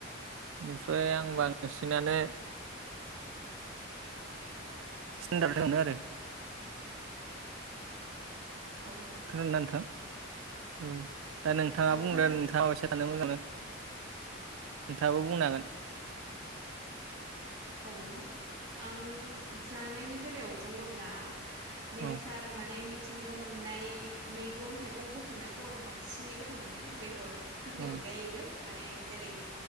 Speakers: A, on the right; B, on the right.
A: बेनिफ्राय आं बांसिनानो स्टेनदार्ड <unintelligible> आरो।
B: औ
A: खोनादोंना नोंथां? औ। दा नोंथाङा
B: औ
A: बुंदो
B: खोनादों
A: नोंथाङा <unintelligible> थानो मोजां मोनो नोंथाङाबो बुंनो हागोन।
B: औ आं जानायनि बेलायाव बुङोब्ला नेसार
A: औ
B: माने मि थिंगायाव मोननाय मैगं थाइगं बुथुमनायखौ आं बांसिनै गोथाव मोनो बेदर फोरनि
A: औ
B: अनगायैबो माने जेरै